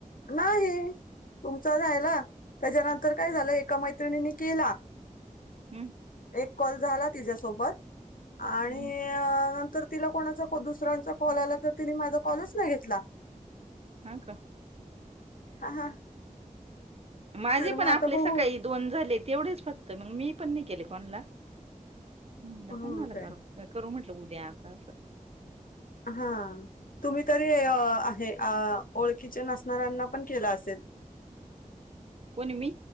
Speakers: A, on the left; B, on the right.
A: नाही. तुमचा रायला त्याच्यानंतर काय झालं एका मैत्रिणीनी केला
B: हम्म
A: एक कॉल झाला तिज्यासोबत आणि
B: हम्म
A: नंतर तिला कोणाचा दुसऱ्यांचा कॉल आला तर तिने माझा कॉलच नाही घेतला
B: हा का
A: हा हा
B: माझे
A: तर
B: पण
A: मग आता
B: आपले
A: बघू
B: सकाळी दोन झाले तेवढेच फक्त मग मी पण नाही केेले कोणला. म्हणलं
A: ह
B: कोणाला
A: काय
B: करू करू म्हटलं उद्या आता असं
A: हा तुम्ही तरी आहे आ ओळखीचे नसणाऱ्यांना पण केलं असेल
B: कोणी मी